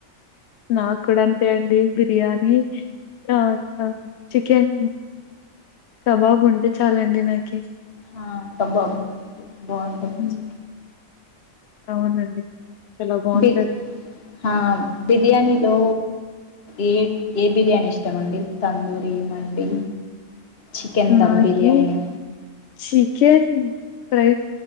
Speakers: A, on the left; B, on the left.
A: నాకు కూడా అంతే అండి బిర్యానీ ఆ చికెన్ కబాబ్ ఉంటే చాలండి నాకి
B: హా కాబాబ్ బావుంటది
A: హ్మ్. అవునండి. చాలా బావుంటది.
B: బి హా బిర్యానీ లో ఏ ఏ బిర్యానీ ఇష్టమండి తందూరి మండి చికెన్ దమ్
A: నాకి
B: biryani
A: chicken fry